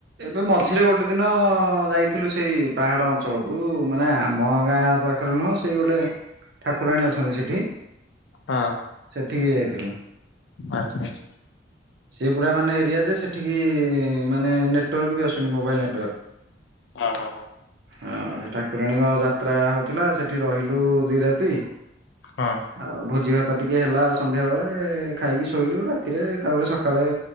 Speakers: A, on the right (about 55°); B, on the left (about 70°).
A: ଏବେ ମଝିରେ ଗୋ ଗୋଟେ ଦିନ ଯାଇଥିଲୁ ସେଇ ପାହାଡ ଅଞ୍ଚଳକୁ ମାନେ ଆମ ଗାଁ ପାଖରେ ନୁହଁ ସେଇ ଗୋଟେ ଠାକୁରାଣୀ ଅଛନ୍ତି ସେଠି।
B: ହଁ।
A: ସେଠିକି ଯାଇଥିଲୁ?
B: ଆଚ୍ଛା ଆଚ୍ଛା।
A: ସେ ପୁରା ମାନେ ଦିଆଯଏ, ସେଠିକି ମାନେ ନେଟୱାର୍କ ବି ଆସୁନି ମୋବାଇଲ ନେଟୱାର୍କ।
B: ହଁ ହଁ ହଁ।
A: ହଁ ସେ ଠାକୁରାଣୀଙ୍କ ଯାତ୍ରା ହଉଥିଲା ସେଠି ରହିଲୁ ଦି ରାତି
B: ହଁ
A: ଆଉ ଭୋଜି ଭାତ ଟିକେ ହେଲା ସନ୍ଧ୍ୟାବେଳେ ଖାଇକି ଶୋଇଲୁ ରା ତିରେ ତାପରେ ସକାଳେ